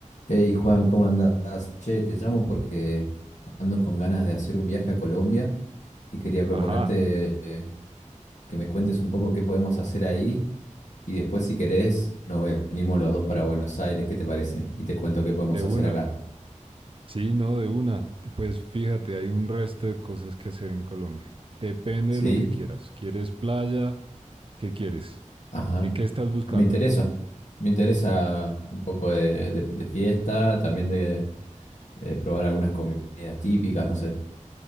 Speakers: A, on the left (about 65°); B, on the right (about 40°).
A: Hey Juan, ¿cómo andás? Che, te llamo porque ando con ganas de hacer un viaje a Colombia y quería proponerte
B: Ajá,
A: eh, que me cuentes un poco qué podemos hacer ahí y después si querés nos venimos los dos para Buenos Aires, ¿qué te parece? Y te cuento qué podemos
B: de una.
A: hacer acá.
B: Sí, no, de una. Pues fíjate, hay un resto de cosas que hacer en Colombia. Depende
A: ¿Sí?
B: de lo que quieras. ¿Quieres playa? ¿Qué quieres?
A: Ajá.
B: ¿Eh, ¿Qué estás buscando?
A: Me interesa. Me interesa un poco de, de- de fiesta, también de, eh, probar algunas comidas típicas, no sé.